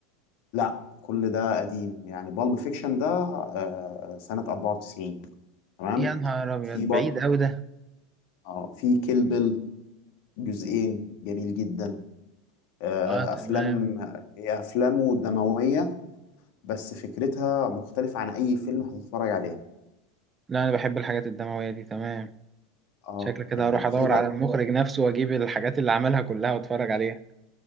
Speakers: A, on the left; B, on the right.
A: لا كل ده قديم يعني بالب فيكشن ده آه، سنة 94 تمام
B: يا نهار ابيض
A: في
B: بعيد
A: برضه
B: قوي ده
A: اه في كيل بيل جزئين جميل جدا آه،
B: اه
A: افلام
B: تمام
A: هي افلامه دموية بس فكرتها مختلفة عن اي فيلم هتتفرج عليه
B: لا انا بحب الحاجات الدمويه دي تمام
A: اه
B: شكلك كده
A: يعني
B: هروح
A: وفي
B: ادور
A: برضه
B: على المخرج نفسه واجيب الحاجات اللي عملها كلها واتفرج عليها